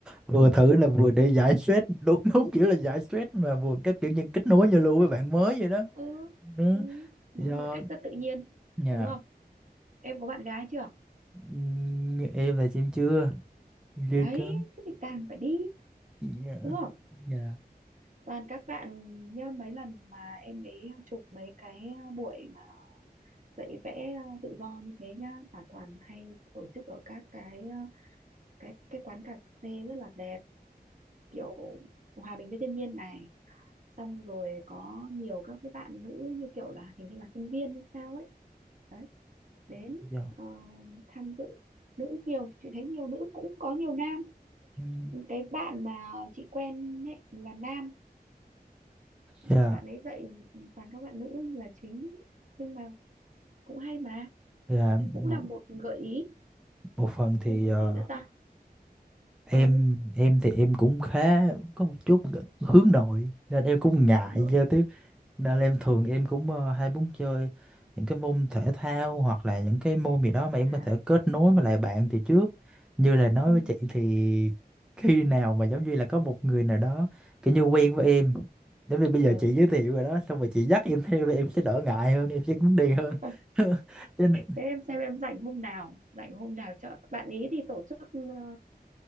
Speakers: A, in the centre; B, on the right.
A: vừa thử là vừa để giải stress đúng đúng kiểu là giải stress mà vừa các kiểu như kết nối giao lưu với bạn mới vậy đó
B: ừ,
A: ừ.
B: ừ, mà
A: do
B: một cách rất tự nhiên
A: nhà
B: đúng không em có bạn gái chưa
A: ừm, em là em chưa chưa
B: đấy
A: có
B: thế thì càng phải đi
A: nhà
B: đúng không
A: nhà
B: Toàn các bạn nhá mấy lần mà em ấy chụp mấy cái ờ, buổi mà dạy vẽ ờ, tự do như thế nhá là toàn hay tổ chức ở các cái ờ, cái cái quán cà phê rất là đẹp kiểu hòa bình với thiên nhiên này xong rồi có nhiều các cái bạn nữ như kiểu là hình như là sinh viên hay sao ấy đấy đến
A: do
B: ờ, tham dự nữ nhiều chị thấy nhiều nữ cũng có nhiều nam
A: ừm,
B: cái bạn mà chị quen ấy là nam bạn
A: dạ ừ. dạ
B: ấy dạy toàn các bạn nữ là chính nhưng mà cũng hay mà
A: dạ,
B: đấy cũng
A: một
B: là một gợi ý
A: một phần thì
B: xem còn
A: ờ,
B: gì nữa ta
A: em
B: ơi
A: em thì em cũng khá có một chút hướng nội nên em cũng ngại
B: Hướng nội.
A: giao
B: rồi
A: tiếp Nên em thường
B: Ừ.
A: em cũng ờ, hay muốn chơi những cái môn thể thao hoặc là những cái môn gì đó mà em
B: à
A: có thể kết nối với lại bạn từ trước. Như là nói
B: ừ
A: với chị thì khi nào mà giống như là có một người nào đó kiểu như quen với em. Đến vì bây giờ
B: ờ
A: chị giới thiệu rồi đó, xong rồi chị dắt em theo thì em sẽ đỡ ngại hơn, em sẽ muốn đi hơn.
B: Ờ,
A: <laughs> Cho nên...
B: thế em xem em rảnh hôm nào rảnh hôm nào chợ bạn ấy thì tổ chức ờ,